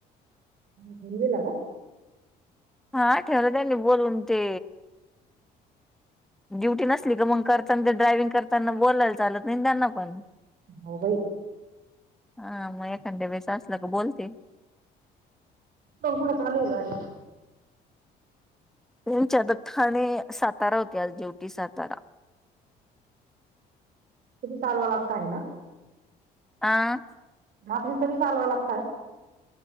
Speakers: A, on the right; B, in the centre.
A: घऊन गेला का?
B: हा ठेवला त्यानी बोलून ते ड्युटी नसली का मग करताना ते ड्रायविंग करताना बोलायला चालत नाही त्यांना पण
A: मबाई
B: हा मग एखाद्या वेच असलं क बोलतील.
A: क चलाली गाडी.
B: त्यांच्या आता ठाणे सातारा होते आज ड्युटी सातारा
A: चालवा लागतय ना.
B: आ.
A: भाजरी सग चालवा लागतात.